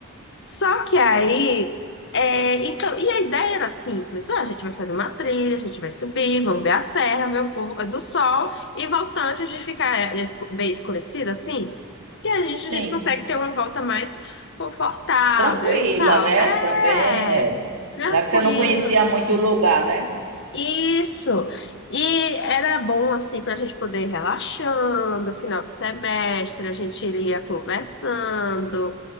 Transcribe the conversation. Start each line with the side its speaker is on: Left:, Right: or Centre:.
Left: Só que aí,
Right: É.
Left: é, então, e a ideia era simples: ah, a gente vai fazer uma trilha, a gente vai subir, vamos ver a serra, ver o povo é do sol, e voltando, a gente fica é, é escu- bem escurecido assim, e a gente,
Right: Sim.
Left: a gente consegue ter uma volta mais confortável
Right: Tranquila,
Left: e tal.
Right: né?
Left: É,
Right: Também é.
Left: tranquilo.
Right: Já que você não conhecia muito o lugar, né?
Left: Isso. E era bom assim para a gente poder ir relaxando, final de semestre, a gente iria conversando,